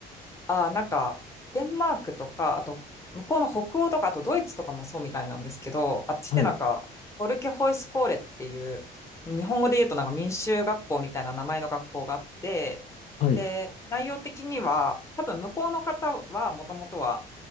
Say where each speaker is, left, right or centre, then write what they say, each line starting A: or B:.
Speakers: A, on the left (about 15°); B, on the left (about 40°).
A: あー、なんか、デンマークとか、あと、向こうの北欧とか、あとドイツとかもそうみたいなんですけど、あっちってなんか、
B: はい、
A: オルケホイスコーレっていう、日本語で言うとなんか民衆学校みたいな名前の学校があって、
B: はい、
A: で、内容的には、多分向こうの方はもともとは、